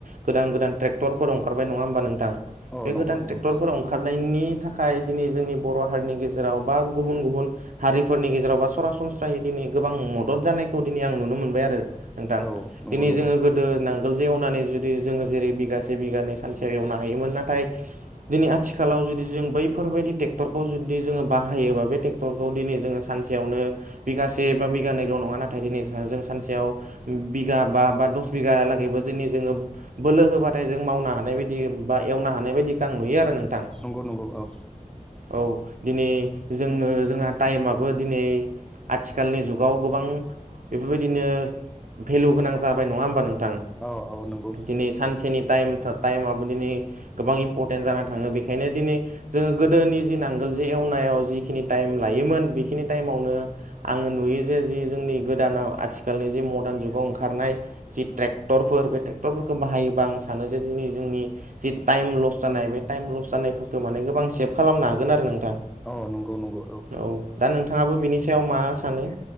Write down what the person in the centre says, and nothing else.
औ
नंगौ
नंगौ
औ नंगौ
नंगौ
नंगौ नंगौ औ
औ औ नंगौ
औ नंगौ नंगौ